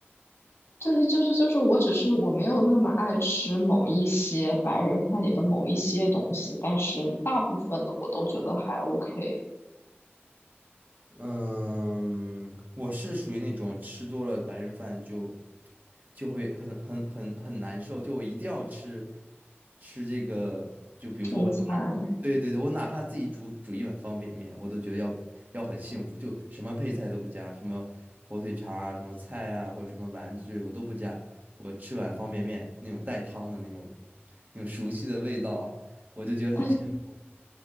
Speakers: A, on the left; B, on the right.
A: 对，就是就是，我只是我没有那么爱吃某一些白人饭里的某一些东西，但是大部分的我都觉得还 OK。
B: 嗯，我是属于那种吃多了白人饭就就会很很很很难受，就我一定要吃吃这个，就比如说我哪，
A: 中餐，
B: 对对对，我哪怕自己煮煮一碗方便面，我都觉得要要很幸福，就什么配菜都不加，什么火腿肠啊，什么菜啊，或者什么丸子之类我都不加，我吃碗方便面那种带汤的那种那种熟悉的味道，我就觉得很幸福。
A: <laughs>